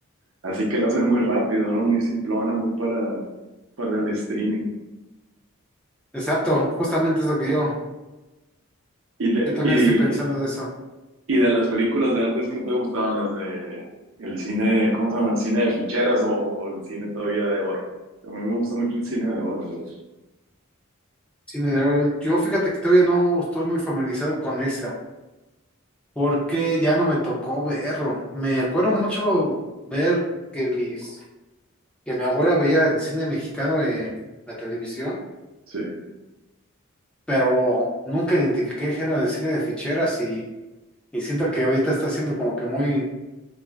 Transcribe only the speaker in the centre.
<laughs> Exacto, justamente es lo que yo,
yo también
estoy pensando de eso.
Cine de horror. Yo fíjate que todavía no estoy muy familiarizado con eso, porque ya no me tocó verlo. Me acuerdo mucho ver que mis, que mi abuela veía el cine mexicano en la televisión,
pero nunca identifiqué el género de cine de ficheras y, y siento que ahorita está siendo como que muy,